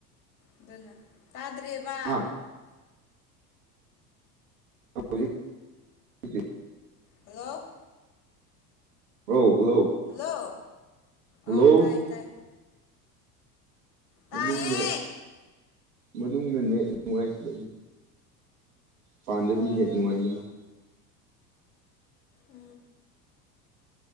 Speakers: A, on the left; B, on the right.
A: ꯑꯗꯨꯅ ꯇꯥꯗ꯭ꯔꯦꯕ
B: ꯍꯥ <unintelligible>
A: ꯍꯜꯂꯣ
B: ꯍꯜꯂꯣ ꯍꯜꯂꯣ
A: ꯍꯜꯂꯣ
B: ꯍꯜꯂꯣ
A: ꯑꯧ ꯇꯥꯏ ꯇꯥꯏ
B: ꯃꯅꯨꯡꯗ
A: ꯇꯥꯏꯌꯦ
B: ꯃꯅꯨꯡꯗꯅꯦ ꯅꯨꯡꯉꯥꯏꯇꯦ ꯄꯥꯟꯗꯗꯤ
A: ꯑꯣ
B: ꯅꯦ ꯅꯨꯡꯉꯥꯏꯗꯅ
A: ꯑ